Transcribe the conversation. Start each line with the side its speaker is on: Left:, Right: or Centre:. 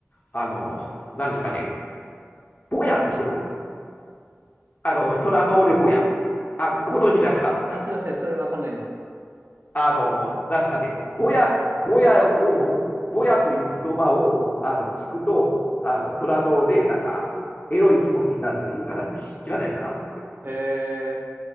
Left: あの、なんですかね、ぼやってしてます。あの、
Right: な
Left: スラノーでぼや。あ、ご存知ですか
Right: あ、すいません、それわかんないです。
Left: あの、なんですかね、ぼや、ぼやを、ぼやという言葉をあの聞くと、
Right: はい。
Left: あの、空ので、なんか、エロい気持ちになるとかいう話知らないですか、
Right: へえ、